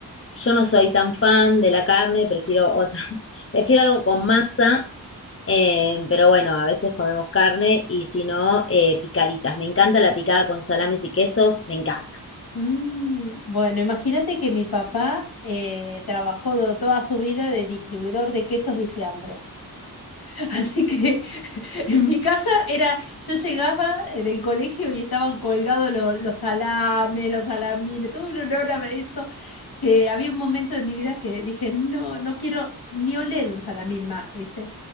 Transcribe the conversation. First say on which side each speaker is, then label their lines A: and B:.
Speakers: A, on the left; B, on the left.
A: yo no soy tan fan de la carne, prefiero otra, <laughs> prefiero algo con masa, eh, pero bueno, a veces comemos carne y si no, eh, picaditas. Me encanta la picada con salames y quesos, me encanta.
B: Mm, bueno, imagínate que mi papá eh, trabajó do- toda su vida de distribuidor de quesos y fiambres. <laughs> Así que <laughs> en mi casa era, yo llegaba eh, del colegio y estaban colgados lo- los salames, los salamines, todo un olor a eso, que había un momento de mi vida que dije, no, no quiero ni oler un salamín más, ¿viste?